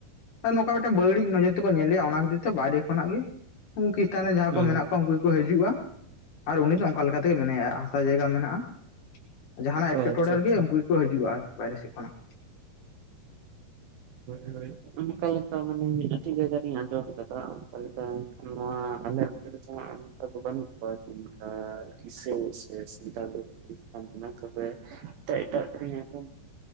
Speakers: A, on the left; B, on the right.
A: ᱟᱨ ᱱᱚᱝᱠᱟ ᱢᱤᱫᱴᱮᱱ ᱵᱟᱹᱲᱤᱡ ᱱᱚᱡᱚᱨ ᱛᱮᱠᱚ ᱧᱮᱞᱮᱭᱟ ᱚᱱᱟ ᱠᱷᱟᱹᱛᱤᱨ ᱛᱮ ᱵᱟᱦᱨᱮ ᱠᱷᱚᱱᱟᱜ ᱜᱮ ᱩᱱ ᱠᱷᱤᱥᱴᱟᱱ, ᱡᱟᱦᱟᱸ ᱢᱮᱱᱟᱜ
B: ᱚ
A: ᱠᱚᱣᱟ ᱩᱱᱠᱩ ᱜᱮ ᱠᱚ ᱦᱤᱡᱩᱜᱼᱟ ᱟᱨ ᱩᱱᱤ ᱫᱚ ᱚᱱᱠᱟ ᱞᱮᱠᱟᱛᱮᱜᱮ ᱢᱮᱱᱟᱭᱟ ᱦᱟᱥᱟ ᱡᱟᱭᱜᱟ ᱢᱮᱱᱟᱜᱼᱟ᱾ ᱡᱟᱸᱦᱟᱱᱟᱜ
B: ᱚ
A: ᱮᱴᱠᱮᱴᱚᱬᱮ
B: ᱟᱪᱪᱷᱟ
A: ᱨᱮᱜᱮ
B: ᱟᱪᱪᱷᱟ
A: ᱩᱱᱠᱩ ᱜᱮᱠᱚ ᱦᱤᱡᱩᱜᱼᱟ, ᱵᱟᱦᱨᱮ ᱥᱮᱫ ᱠᱷᱚᱱᱟᱜ,
B: <inaudible> ᱚᱱᱠᱟ ᱞᱮᱠᱟ ᱢᱟᱱᱮ ᱟᱹᱛᱩ ᱡᱟᱭᱜᱟ ᱨᱤᱧ ᱟᱸᱡᱚᱢ ᱟᱠᱟᱫᱟ ᱚᱱᱠᱟ ᱞᱮᱠᱟ ᱱᱚᱣᱟ ᱟᱞᱮ, <inaudible> ᱚᱱᱠᱟ ᱫᱚ ᱵᱟ. ᱱᱩᱜ ᱠᱚᱣᱟ ᱡᱮᱞᱮᱠᱟ ᱤᱥᱟᱹᱤ ᱥᱮ ᱥᱟᱱᱛᱟᱞ᱾ ᱠᱷᱤᱥᱴᱟᱱ ᱠᱟᱱᱟᱭ ᱛᱚᱵᱮ ᱮᱴᱟᱜ ᱠᱩᱫ ᱦᱚᱛᱚ